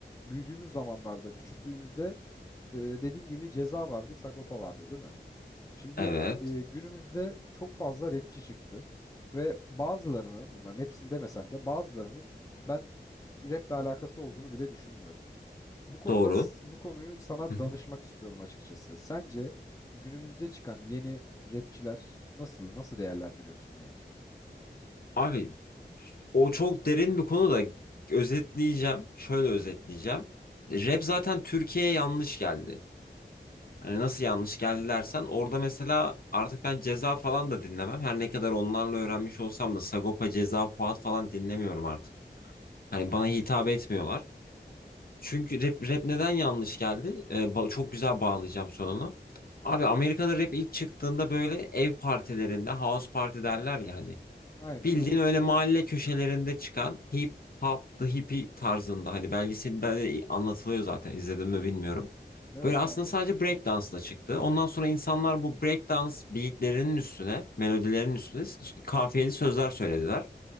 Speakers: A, on the left; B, on the left.
A: büyüdüğümüz zamanlarda küçüklüğümüzde e, dediğin gibi Ceza vardı, Sagopa vardı değil mi? Şimdi
B: Evet.
A: e, günümüzde çok fazla rapçi çıktı ve bazılarını bunların hepsini demesem de bazılarının ben raple alakası olduğunu bile düşünmüyorum. Bu konuda
B: Doğru.
A: s- bu konuyu sana
B: Hı hı.
A: danışmak istiyorum açıkçası. Sence günümüzde çıkan yeni rapçiler nasıl nasıl değerlendiriyorsun yani?
B: Abi o çok derin bir konu da özetleyeceğim. Şöyle özetleyeceğim. Rap zaten Türkiye'ye yanlış geldi. Hani nasıl yanlış geldi dersen orada mesela artık ben Ceza falan da dinlemem. Her ne kadar onlarla öğrenmiş olsam da Sagopa, Ceza, Fuat falan dinlemiyorum artık. Hani bana hitap etmiyorlar. Çünkü rap, rap neden yanlış geldi? Ee, ba- çok güzel bağlayacağım sonunu. Abi Amerika'da rap ilk çıktığında böyle ev partilerinde house party derler ya hani.
A: Aynen
B: Bildiğin
A: abi.
B: öyle mahalle köşelerinde çıkan hip hop, the hippie tarzında hani belgeselde de anlatılıyor zaten izledim mi bilmiyorum.
A: Evet
B: Böyle aslında
A: abi.
B: sadece breakdance'la çıktı. Ondan sonra insanlar bu breakdance beatlerinin üstüne, melodilerin üstüne s- kafiyeli sözler söylediler.